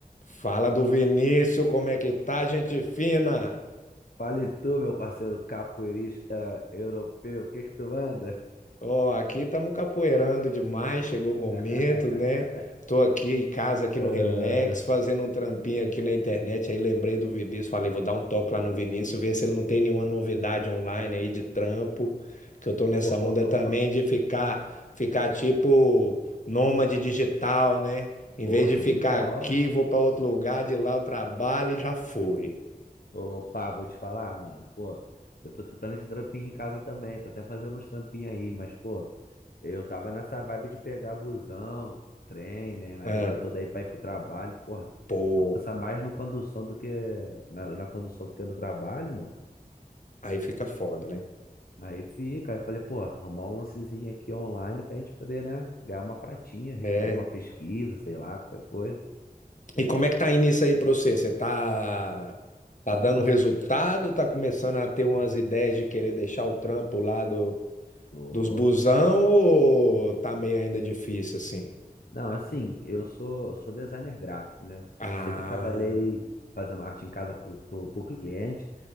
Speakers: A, on the left; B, on the left.
A: Fala do Vinícius, como é que tá, gente fina?
B: Fale tu, meu parceiro capoeirista europeu, o que que tu manda?
A: Ó, aqui estamos capoeirando demais, chegou o momento,
B: <laughs>
A: né? Tô aqui em casa, aqui
B: Ah,
A: no Relax, fazendo um trampinho aqui na internet, aí lembrei do Vinícius, falei, vou dar um toque lá no
B: Pô,
A: Vinícius, ver se
B: pô,
A: ele não tem nenhuma novidade online aí de trampo, que eu tô
B: pô.
A: nessa onda também de ficar, ficar tipo nômade digital, né? Em
B: Pô,
A: vez de
B: show
A: ficar
B: de bola.
A: aqui, vou para outro lugar, de lá eu trabalho e já fui.
B: Opa, vou te falar, mano, pô, eu tô tentando esse trampinho em casa também, tô até fazendo uns trampinhos aí, mas, pô, eu tava nessa vibe de pegar busão, trem, né, na
A: Ah,
B: vida toda aí pra ir pro trabalho, porra,
A: pô.
B: tu cansa mais no condução do que, na, na condução do que no trabalho, mano.
A: Aí fica foda, né?
B: Aí fica, aí falei, pô, arrumar um lancezinho aqui online pra gente poder, né, ganhar uma pratinha, responder
A: É.
B: uma pesquisa, sei lá, qualquer coisa.
A: E como é que tá indo isso aí pra você? Você tá, tá dando resultado? Tá começando a ter umas ideias de querer deixar o trampo lá do,
B: Tô.
A: dos busão ou tá meio ainda difícil assim?
B: Não, assim, eu sou, sou designer gráfico, né?
A: Ah,
B: Eu sempre trabalhei fazendo arte em casa pro, pro, pro cliente,